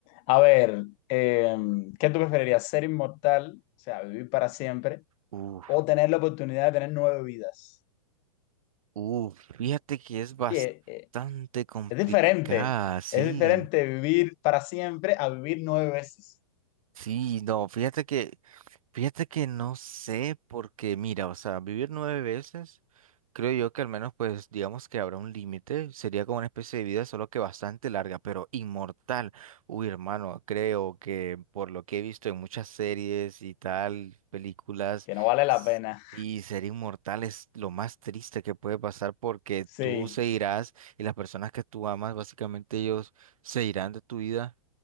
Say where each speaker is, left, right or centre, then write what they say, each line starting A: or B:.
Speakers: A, on the left (about 35°); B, on the right (about 85°).
A: A ver, eh, ¿qué tú preferirías? ¿Ser inmortal, o sea, vivir para siempre,
B: Uf,
A: o tener la oportunidad de tener nueve vidas?
B: uf, fíjate que es bastante
A: Sí, eh, eh,
B: complicada,
A: es diferente.
B: sí.
A: Es diferente vivir para siempre a vivir nueve veces.
B: Sí, no, fíjate que Fíjate que no sé, porque mira, o sea, vivir nueve veces, creo yo que al menos, pues, digamos que habrá un límite, sería como una especie de vida, solo que bastante larga, pero inmortal. Uy, hermano, creo que por lo que he visto en muchas series y tal, películas,
A: que no vale la
B: s-
A: pena.
B: y ser inmortal es lo más triste que puede pasar porque
A: Sí,
B: tú se irás y las personas que tú amas, básicamente ellos se irán de tu vida.